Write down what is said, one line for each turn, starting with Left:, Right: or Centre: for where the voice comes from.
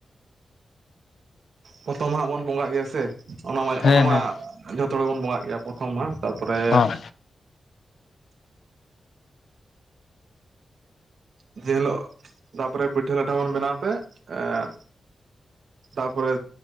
Right: ᱯᱚᱛᱚᱢ ᱢᱟᱦᱟᱸᱜ ᱵᱚᱱ ᱵᱚᱸᱜᱟᱜ ᱜᱮᱭᱟ ᱥᱮ, ᱚᱱᱟ ᱢᱟ
Left: ᱦᱮᱸ
Right: ᱚᱱᱟ
Left: ᱦᱮᱸ
Right: ᱢᱟ ᱡᱷᱚᱛᱚ ᱦᱚᱲ ᱵᱚᱱ ᱵᱚᱸᱜᱟᱜ ᱜᱮᱭᱟ᱾ ᱯᱚᱛᱷᱚᱢ ᱢᱟ ᱛᱟᱯᱚᱨᱮ
Left: ᱦᱚᱸ
Right: ᱡᱮ ᱦᱤᱞᱳᱜ ᱛᱟᱯᱚᱨᱮ ᱯᱤᱴᱷᱟᱹ ᱞᱟᱴᱷᱟ ᱵᱚᱱ ᱵᱮᱱᱟᱣ ᱛᱮ ᱮᱸ ᱛᱟᱯᱚᱨᱮ